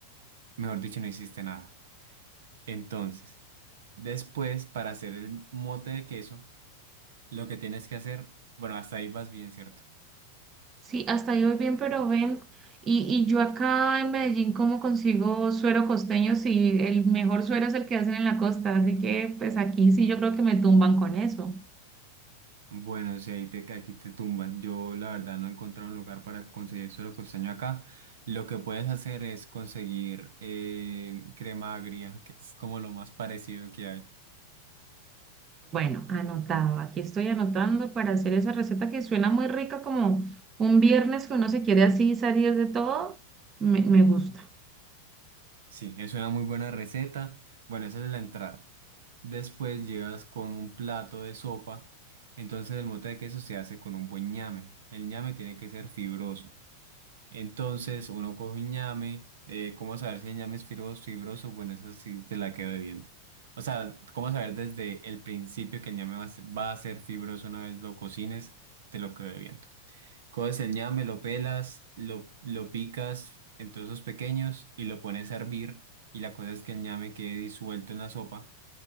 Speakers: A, on the right; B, on the right.
A: mejor dicho, no hiciste nada. Entonces, después, para hacer el mote de queso, lo que tienes que hacer, bueno, hasta ahí vas bien, ¿cierto?
B: Sí, hasta ahí voy bien, pero ven. Y, y yo acá en Medellín, ¿cómo consigo suero costeño si el mejor suero es el que hacen en la costa? Así que pues aquí sí yo creo que me tumban con eso.
A: Bueno, si ahí te, ca- aquí te tumban, yo la verdad no he encontrado un lugar para conseguir suero costeño acá. Lo que puedes hacer es conseguir eh, crema agria, que es como lo más parecido que hay.
B: Bueno, anotado. Aquí estoy anotando para hacer esa receta que suena muy rica, como un viernes que uno se quiere así salir de todo. Me, me gusta.
A: Sí, es una muy buena receta. Bueno, esa es la entrada. Después llegas con un plato de sopa. Entonces el mote de queso se hace con un buen ñame. El ñame tiene que ser fibroso. Entonces uno coge un ñame. eh, ¿cómo saber si el ñame es fibroso fibroso? Bueno, eso sí te la quedo debiendo. O sea, ¿cómo saber desde el principio que el ñame va a ser va a ser fibroso una vez lo cocines? Te lo quedo debiendo. Coges el ñame, lo pelas, lo, lo picas en trozos pequeños y lo pones a hervir. Y la cosa es que el ñame quede disuelto en la sopa